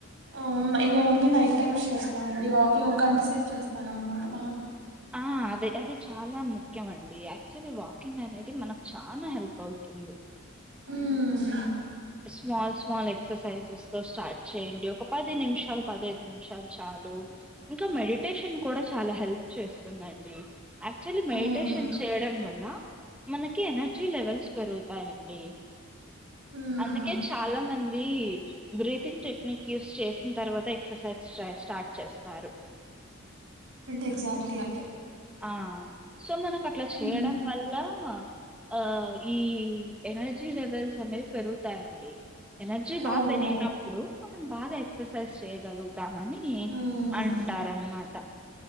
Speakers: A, on the right (about 60°); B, in the centre.
A: అవును నేను ఓన్లీ నైట్ టైమ్స్ చేస్తా అండి వాకింగ్ ఒక గంట సేపు చేస్తాను అనమాట బాగా.
B: ఆహ్ అదే అది చాలా ముఖ్యం అండి యాక్చువల్లీ వాకింగ్ అనేది మనకు చానా హెల్ప్ అవుత్. తుంది.
A: ఉమ్
B: స్మాల్ స్మాల్ ఎక్సర్సైజెస్ తో స్టార్ట్ చేయండి ఒక పది నిమిషాలు. పదైదు నిమిషాలు చాలు ఇంక మెడిటేషన్ కూడా చాలా హెల్ప్. చేస్తుందండి యాక్చువల్లీ మెడిటేషన్
A: అవును
B: చేయడం వల్ల. మనకి ఎనర్జీ లెవెల్స్ పెరుగుతాయండి.
A: ఉమ్
B: అందుకే చాలా మంది బ్రీతింగ్ టెక్నిక్ యూస్ చేస్. ఉమ్ తర్వాత ఎక్సర్సైజ్ స్టా స్టార్ట్ చేస్తారు.
A: ఎగ్జాక్ట్‌లీ అదే.
B: ఆహ్ సో మనకట్లా చేయడం
A: ఉమ్
B: వల్ల. ఆహ్ ఈ ఎనర్జీ లెవెల్స్ అనేవి పెరుగుతాయండి. ఎనర్జీ బాగా
A: అవును
B: పెరిగినప్పుడు మనం బాగా ఎక్సర్సైజ్ చేయగలుగుతామని
A: ఉమ్
B: అన్. అంటారనమాట.